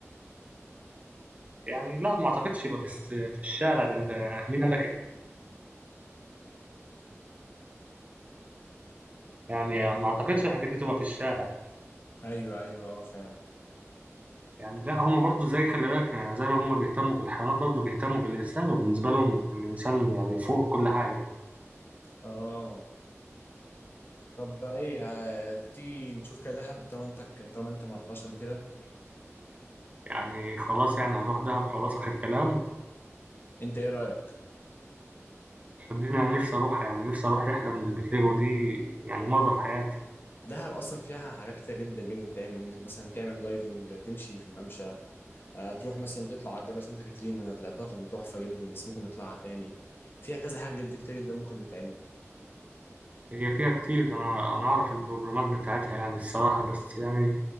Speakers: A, on the right (about 30°); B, on the left (about 45°).
A: يعني لا ما أعتقدش يبقى في الس- في الشارع ده أنت مين قال لك يعني ما أعتقدش الحاجات دي تبقى في الشارع
B: ايوه ايوه اه فعلا
A: يعني لا هما برضه زي خلي بالك يعني زي ما هما بيهتموا بالحيوانات برضه بيهتموا بالإنسان وبالنسبة لهم الإنسان يعني فوق كل حاجة
B: اه طب بقى ايه ه- تيجي نشوف كده دهب طالما انت طالما انت ما رحتهاش قبل كده
A: يعني خلاص يعني هروح دهب خلاص آخر كلام
B: انت ايه رايك
A: صدقني أنا نفسي أروح يعني نفسي أروح رحلة من البتليجو دي يعني مرة في حياتي
B: دهب اصلا فيها حاجات كتير جدا جدا بتتعمل انك مثلا تعمل دايفنج تمشي في الممشى آه، تروح مثلا تطلع على جبل سانت كاترين انا طلعتها كان تحفه جدا بس ممكن نطلعها تاني فيها كذا حاجه جدا كتير جدا ممكن تتعمل
A: هي فيها كتير ده انا انا اعرف البروجرامات بتاعتها يعني الصراحه بس يعني